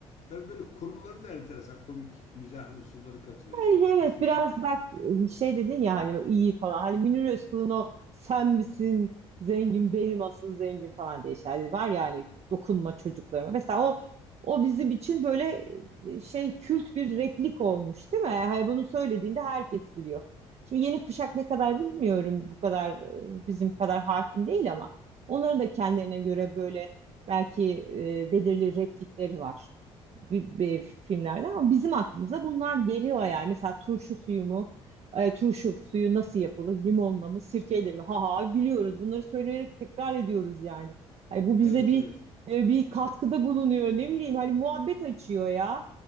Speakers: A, on the left; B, on the right.
A: tabii böyle konuları da enteresan komik mizah unsurları katılıyor. İşte
B: Yani
A: bir
B: evet
A: turşusu.
B: biraz bak şey dedin ya hani iyi falan. Hani Münir Özkul'un o sen misin zengin benim asıl zengin falan diye şeyler var ya hani dokunma çocuklarıma. Mesela o o bizim için böyle e, şey kült bir replik olmuş değil mi? Hani bunu söylediğinde herkes biliyor. Şimdi yeni kuşak ne kadar bilmiyorum bu kadar e, bizim kadar hakim değil ama onların da kendilerine göre böyle belki e, belirli replikleri var bir, bir filmlerden ama bizim aklımıza bunlar geliyor yani. Mesela turşu suyu mu? E, turşu suyu nasıl yapılır? Limonla mı? Sirkeyle mi? Ha ha gülüyoruz. Bunları söyleyerek tekrar ediyoruz yani. Ay, bu
A: Evet
B: bize bir
A: evet.
B: e, bir katkıda bulunuyor. Ne bileyim hani muhabbet açıyor ya.